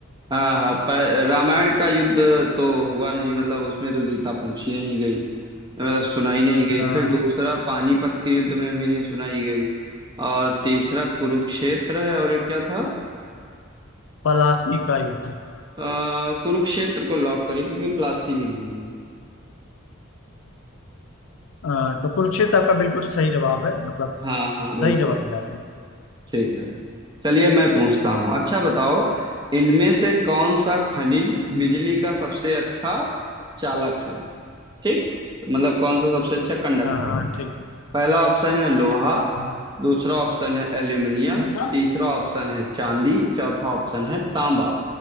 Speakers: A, on the right; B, on the left.
A: हाँ हाँ पर रामायण का युद्ध तो हुआ नहीं मतलब उसमें तो गीता पूछी नहीं गई मतलब सुनाई नहीं गई
B: हाँ
A: फिर दूसरा पानीपत के युद्ध में भी नहीं सुनाई गई और तीसरा कुरुक्षेत्र है और एक क्या था
B: पलासी का युद्ध
A: अ, कुरुक्षेत्र को लॉक करें क्योंकि प्लासी भी नहीं है
B: हाँ, तो कुरुक्षेत्र आपका बिल्कुल सही जवाब है मतलब
A: हाँ हाँ बिल्कुल
B: सही जवाब दिया आपने
A: ठीक है चलिए मैं पूछता हूँ अच्छा बताओ इनमें से कौन सा खनिज बिजली का सबसे अच्छा चालक है ठीक मतलब कौन सा सबसे अच्छा कंडक्टर
B: हाँ हाँ ठीक है
A: पहला ऑप्शन है लोहा
B: हाँ
A: दूसरा ऑप्शन है एल्यूमिनियम
B: कौन सा
A: तीसरा ऑप्शन है चांदी चौथा ऑप्शन है तांबा